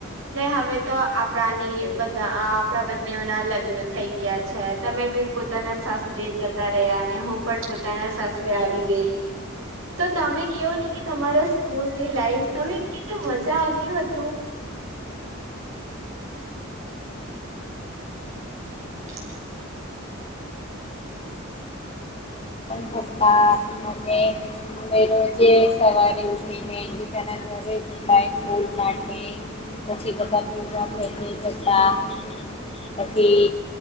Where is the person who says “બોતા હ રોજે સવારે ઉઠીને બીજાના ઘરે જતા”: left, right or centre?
Left